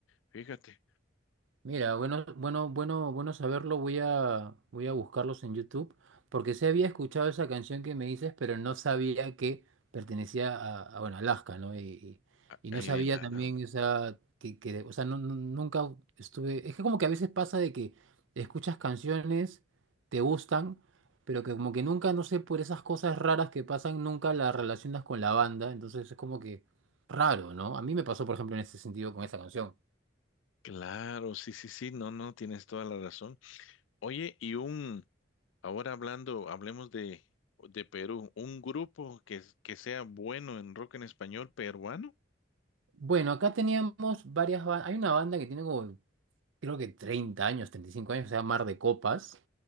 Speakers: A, on the left; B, on the right.
A: fíjate.
B: Mira, bueno, bueno, bueno, bueno saberlo. Voy a, voy a buscarlos en YouTube porque sí había escuchado esa canción que me dices, pero no sabía que pertenecía a, a, bueno, Alaska, ¿no? Y, y- y
A: Ay,
B: no sabía
A: de nada.
B: también, o sea, que, que- o sea, no- no- nunca estuve. Es que como que a veces pasa de que escuchas canciones, te gustan, pero que como que nunca, no sé, por esas cosas raras que pasan, nunca las relacionas con la banda. Entonces es como que raro, ¿no? A mí me pasó, por ejemplo, en ese sentido con esa canción.
A: Claro, sí, sí, sí, no, no, tienes toda la razón. Oye, y un, Ahora hablando, hablemos de, de Perú, un grupo que, que sea bueno en rock en español peruano.
B: Bueno, acá teníamos varias bandas. Hay una banda que tiene como, creo que 30 años, 35 años, se llama Mar de Copas.